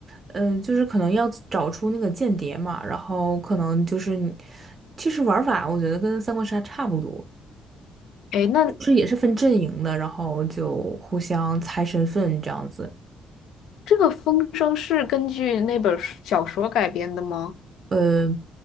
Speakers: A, on the right; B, on the left.
A: 呃，就是可能要找出那个间谍嘛，然后可能就是你其实玩法我觉得跟三国杀差不多，
B: 哎，那
A: 就是也是分阵营的，然后就互相猜身份这样子。
B: 这个风声是根据那本儿书小说改编的吗？
A: 呃。